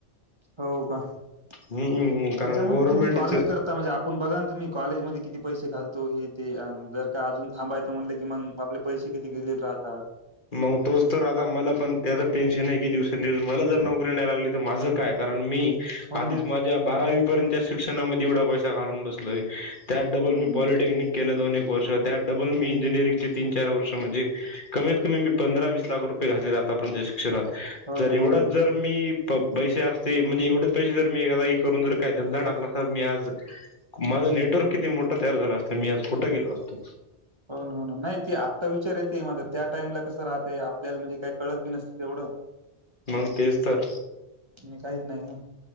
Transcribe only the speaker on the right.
हो का त्याच्यामध्ये
तुम्ही कॉलेज करता म्हणजे आपण बघा ना तुम्ही कॉलेज मध्ये किती पैसे घालतो हे ते अन जर का अजून थांबायचं म्हटलं की मग आपले पैसे किती गेलेले राहतात
हो ना
हो
ना
हम्म
हो
ना हो
ना
होन हो नाही ते आत्ता विचार येत माझ त्या टाइमला कस. राहते आपल्याला म्हणजे काही कळत बी नसते तेवढं.
आणि काहीच नाही ना